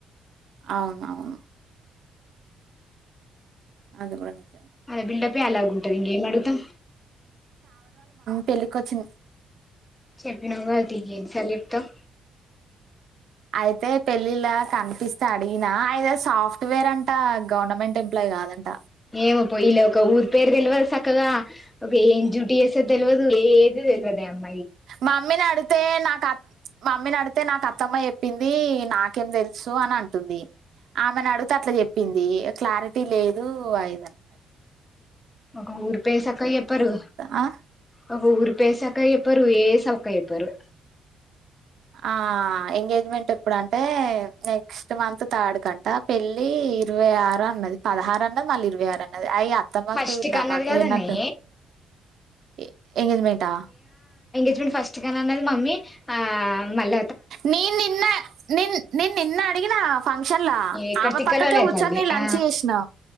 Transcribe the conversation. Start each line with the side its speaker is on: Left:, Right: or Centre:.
Right: అవును అవును అది కూడా క
Left: అది బిల్డ్ అప్ ఏ అలాగుంటది ఇంకేం అడుగుతాం
Right: పెళ్లికొచ్చింది
Left: చెట్ పినవ్ గద తి ఇంకెన్ని సాల్ల చెప్తావ్
Right: అయితే పెళ్ళిళ్ళ కనిపిస్తే అడిగినా అయిన సాఫ్ట్వేర్ అంట గవర్నమెంట్ ఎంప్లాయి కాదంట
Left: ఏమో పో ఇళ్ళయి ఒక ఊరు పేరు తెల్వదు సక్కగా ఒక ఏం జ్యూటీ చేసేది తెల్వదు ఏంది తెల్వదే అమ్మ
Right: మమ్మీని అడితే నాకు అత్ మమ్మీని అడితే నాకు అత్ అత్తమ్మ చెప్పింది నాకేం తెలుసు అని అంటుంది ఆమెను అడుగుతే అట్లా చెప్పిం ది క్లారిటీ లేదు <inaudible> అన్నది
Left: ఒక్క ఊరు పేరు సక్కగా చెప్పరు
Right: ఆ
Left: ఒక్క ఊరు పేరు సక్కగా చెప్పరు ఏ సక్కగా చెప్పరు
Right: ఆ ఎంగేజ్మెంట్ ఎప్పుడు అంటే నెక్స్ట్ మంత్ థర్డ్ కంట పెళ్లి ఇరవై ఆరు అన్నది పదహారు అన్నది మళ్ళీ ఇరవై ఆరు అన్నది అయి అత్తమ్మకు
Left: ఫస్ట్ కన్నది
Right: దమాకులేనట్
Left: కదనే
Right: ఎ ఎంగేజ్మెంటా
Left: మెంట్ ఫస్ట్ కి అని అన్నది మమ్మీ ఆ మళ్ళ
Right: నేన్ నిన్న నేన్ నేన్ నిన్న అడిగినా ఫంక్షన్ లా
Left: ఎక్కడ
Right: ఆమె
Left: తిక్కలోలైతాంది
Right: పక్కకే కూచ్చోని లంచ్
Left: ఆ
Right: చేసినా